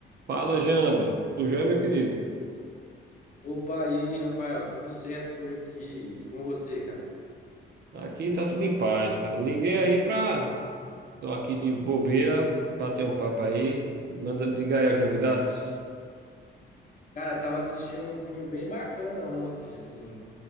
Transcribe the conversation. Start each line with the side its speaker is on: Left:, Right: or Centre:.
Right: Fala, Jander. Tudo jóia, meu querido?
Left: Opa, e aí, Rafael? Tudo certo por aqui? E com você, cara?
Right: Aqui tá tudo em paz, cara. Liguei aí pra. Tô aqui de bobeira, bater um papo aí. Manda, diga aí as novidades.
Left: Cara, eu tava assistindo um filme bem bacana ontem, assim.